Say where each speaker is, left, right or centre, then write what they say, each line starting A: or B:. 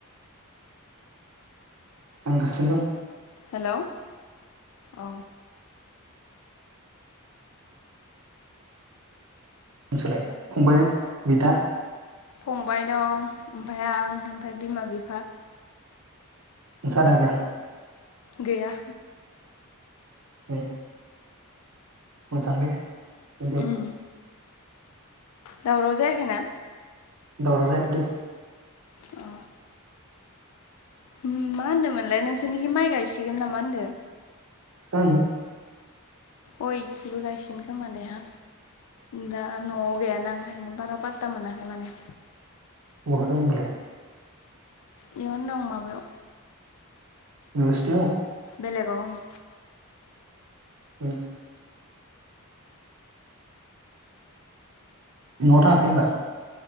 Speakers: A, on the right; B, on the left.
A: आं हारसिं दं।
B: हेलौ अ
A: नोंसालाय फंबाय बिदा
B: फंबाय दं ओमफाय आं ओमफाय बिमा बिफा
A: नोंसा आदा‌ गैया?
B: गैया।
A: ए मोजांदे <unintelligible>
B: उम दावराव जायाखैना?
A: दावराव जायाखै दे
B: अ उम मा होनदोमोनलाय नोंसोरनिखि माइ गायसिगोनना मा होनदों?
A: ओं
B: अ इखिबो गायसिन खोमा दे हा दा नआव गैयाना ओंखायनो बारा पात्ता मोनाखै माने
A: बहा दं ओमबालाय?
B: इयावनो दं माबायाव
A: <unintelligible>
B: बेलेगाव उम
A: उम नआव थाङाखै ओमबा